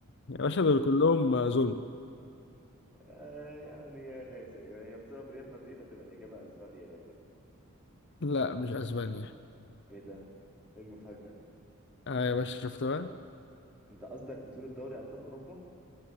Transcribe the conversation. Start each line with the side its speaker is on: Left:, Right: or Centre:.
Left: يا باشا دول كلهم آه، ظلم
Centre: آه، يعني يا اسف هي بسبب ريال مدريد هتبقى الاجابه اسبانيا غالبا
Left: لا مش اسبانيا
Centre: ايه ده ايه المفاجاه دي
Left: اه يا باشا شفت بقى
Centre: انت قصدك بطوله دوري ابطال اوروبا